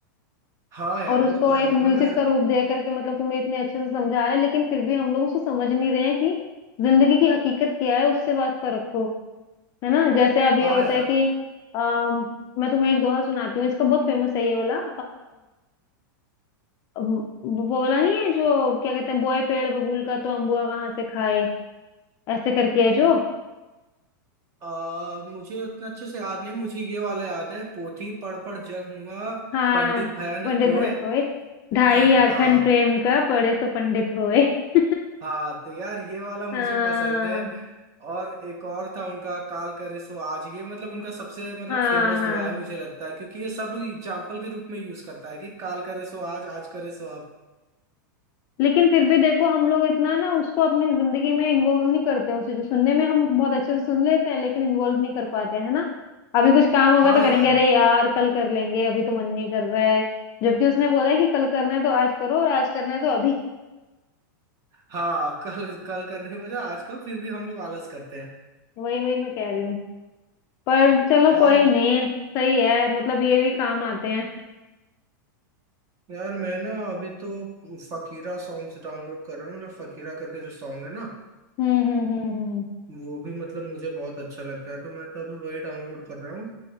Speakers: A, on the right; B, on the left.
A: हाँ यार
B: और उसको
A: वो तो है
B: एक म्यूजिक
A: मतलब मैं
B: का रूप दे करके मतलब तुम्हें इतने अच्छे से समझा रहे हैं लेकिन फिर भी हम लोग उसको समझ नहीं रहे हैं कि जिंदगी की हकीकत क्या है उससे वास्ता रखो है ना जैसे अब
A: हाँ
B: ये होता
A: यार
B: है कि अम, मैं तुम्हें एक दोहा सुनाती हूँ इसका बहुत फेमस है ये वाला वो वो बोला नहीं है जो क्या कहते हैं बोए पेड़ बबूल का तो अम्बुआ कहाँ से खाए ऐसे करके है जो
A: आ, मुझे उतना अच्छे से याद नहीं मुझे ये वाला याद है पोथी पढ़ पढ़ जग मुआ
B: हाँ
A: पंडित भया न
B: पंडित
A: कोय
B: बनाए होए ढाई
A: <clears throat> हाँ
B: आखन प्रेम का पढ़े सो पंडित होए <laughs>
A: हाँ तो यार ये वाला मुझे
B: हाँ
A: पसंद है और एक और था उनका काल करे सो आज ये मतलब उनका सबसे मतलब
B: हाँ
A: फेमस
B: हाँ
A: दुआ है मुझे लगता है क्योंकि ये सब लोग एग्जाम्पल के रूप में यूज करता है कि काल करे सो आज आज करे सो अब
B: लेकिन फिर भी देखो हम लोग इतना ना उसको अपनी जिंदगी में इन्वॉल्व नहीं करते हैं उसे जो सुनने में हम बहुत अच्छे से सुन लेते हैं लेकिन इन्वॉल्व नहीं कर पाते हैं है ना अभी कुछ काम होगा
A: हाँ
B: तो करेंगे
A: यार
B: अरे यार कल कर लेंगे अभी तो मन नहीं कर रहा है जबकि उसने बोला है कि कल करना है तो आज करो और आज करना है तो अभी
A: हाँ कल कल करने को जा आजकल फिर भी हम लोग आलस करते हैं
B: वही वही मैं कह रही हूँ पर चलो
A: यार
B: कोई नहीं सही है मतलब ये भी काम आते हैं
A: यार मैं ना अभी तो फकीरा सॉन्ग्स डाउनलोड कर रहा हूँ मतलब फकीरा करके जो सॉन्ग है ना
B: हम्म हम्म हम्म हम्म
A: वो भी मतलब मुझे बहुत अच्छा लगता है तो मैं तो अभी वही डाउनलोड कर रहा हूँ